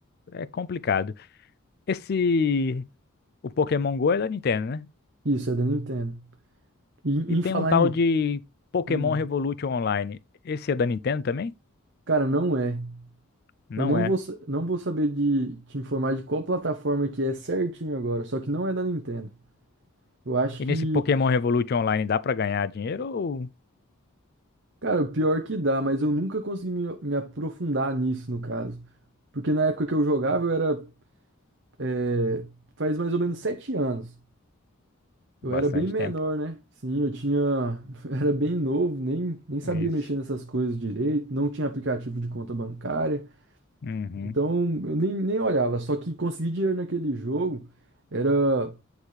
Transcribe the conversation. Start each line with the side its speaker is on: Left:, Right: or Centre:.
Left: é complicado. Esse. O Pokémon Go é da Nintendo, né?
Right: isso é da Nintendo. E
Left: E
Right: em
Left: tem
Right: falar
Left: um tal
Right: em.
Left: de Pokémon
Right: hum,
Left: Revolution Online. Esse é da Nintendo também?
Right: cara, não é.
Left: Não
Right: Eu não
Left: é.
Right: vou, sa- não vou saber de te informar de qual plataforma que é certinho agora, só que não é da Nintendo. Eu acho
Left: E nesse
Right: que,
Left: Pokémon Revolution Online dá pra ganhar dinheiro ou
Right: cara, o pior que dá, mas eu nunca consegui me, me aprofundar nisso, no caso. Porque na época que eu jogava, eu era, é, faz mais ou menos sete anos. Eu
Left: bastante
Right: era bem menor,
Left: tempo?
Right: né? Sim, eu tinha, <laughs> eu era bem novo, nem, nem sabia
Left: Isso.
Right: mexer nessas coisas direito, não tinha aplicativo de conta bancária,
Left: Uhum.
Right: então eu nem, nem olhava. Só que conseguir dinheiro naquele jogo era